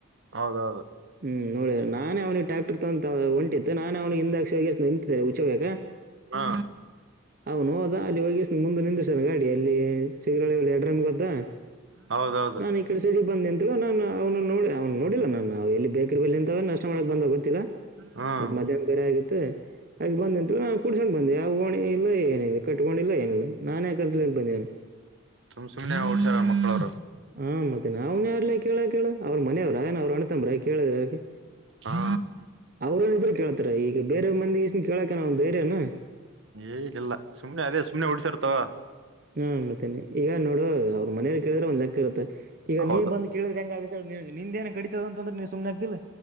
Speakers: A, on the right (about 70°); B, on the right (about 45°).
A: ಹೌದೌದು
B: ಹ್ಮ್ ನೋಡ ನಾನೇ ಅವ್ನಿಗೆ ಟ್ರ್ಯಾಕ್ಟರ್ ತಗೊ ಹೊಂಟಿತ್ತು ನಾನೇ ಅವ್ನು ಹಿಂದಾಕ್ಷಿ ನಿ ಹಚ್ಬೇಕಾ
A: ಹಾ
B: ಅವನು ಹೋದ ಅಲ್ಲಿ ಒಗ ಮುಂದೆ ನಿಂದಷ್ಟಾನ ಗ ಇ ಚಗಿ ಎಡ್ರನ್ ಗೊತ್ತಾ
A: ಹೌದೌದು
B: ನಾ ಈ ಕಡೆ ಂದ ನಿಂತ ನು ಅವನು ನೋಡಿ ಅವ್ ನೋಡಿಲ್ಲ ನವು ಎ ಬೇಕಿರ್ ಬ ಅಂತೇ ನಷ್ಟ ಮಾಡಕ್ ಬಂದಾಗುತ್ತೆ
A: ಹ್ಮ್
B: ಮತ್ತ ಮಧ್ಯಾಹ್ನ ಬೇರೆ ಆಗಿತ್ತು ಹಾಗ ಬಂದ ಅಂತ ನಾ ಕುಡ್ಸಕೊಂಡ ಬಂದೆ ನೋಣ ಇಲ್ಲ ಏನಿಲ್ಲ ಕಟ್ಕೊಂಡಿಲ್ಲ ಏನಿಲ್ಲ ನಾನನ್ ಯ ಕಲ್ಸ ಬಂದು
A: ಸುಮ್ ಸುಮನೆ ಡ್ತಾರ ಮಕ್ಕಳವ್ರು
B: ಹಾ ಮತ್ತೆ ನಾವ್ನ್ ಯಾರಲ್ಲ ಕೇಳ ಕೇಳ ಅವ್ರ ಮನೆಯವ್ರನ್ ಅವ್ರ ಅಣತಂಬ್ರಕಿ ಕೇಳಿದ್ರೆ
A: ಹಾ
B: ಅವ್ರೇಏನಿದ್ರೆ ಕೇಳ್ತಾರ ಈಗ ಬೇರೆ ಮಂದಿಗೆ ಎಷ್ಟನ್ ಕೇಳಕ ಒಂದು ಧೈರ್ಯನ
A: ಏಜಿಲ್ಲಲ್ಲ ಸುಮ್ನೆ ಅದೇ ಸುಮ್ನೆ ಉಡ್ಸರ್ತವ
B: ಹಾ ಮತ್ತೇನೆ ಈಗ ನೋಡು ಅವ್ರ ಮನೇಲಿ ಕೇಳಿದ್ರೆ ಒಂದ್ಲೆಕ್ಕ ಇರುತ್ತೆ ಈಗ
A: ಹೌದು
B: ನೀವ್ ಬಂದು ಕೇಳಿದ್ರೆ ಹೆಂಗುತ್ತೆ ನಿಂದ ಏನ್ ಕಡಿತದ ಅಂತಂದ್ರ ನೀ ಸು್ನೆ ಆಗ್ತಿಿಲ್ಲ